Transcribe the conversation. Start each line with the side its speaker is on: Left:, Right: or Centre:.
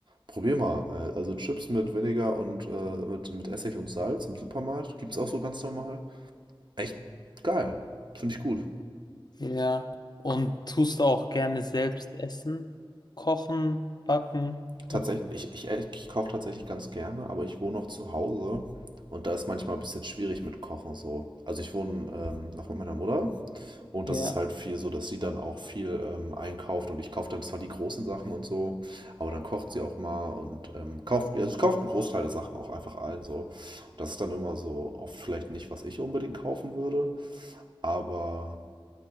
Right: Probier mal. äh, Also Chips mit Vinegar und äh, mit, mit Essig und Salz im Supermarkt. Gibt's auch so ganz normal. Echt geil. Finde ich gut.
Left: Ja, und tust du auch gerne selbst essen? Kochen, backen?
Right: Tatsächlich,
Left: Was?
Right: ich, ich, äh, ich koche tatsächlich ganz gerne, aber ich wohne auch zu Hause und da ist manchmal ein bisschen schwierig mit Kochen so. Also ich wohne ähm, noch mit meiner Mutter und
Left: Ja,
Right: das ist halt viel so, dass sie dann auch viel ähm, einkauft und ich kaufe dann zwar die großen Sachen und so, aber dann kocht sie auch mal und ähm, kauft, also sie kauft einen Großteil der Sachen auch einfach ein so. das ist dann immer so oft vielleicht nicht, was ich unbedingt kaufen würde, aber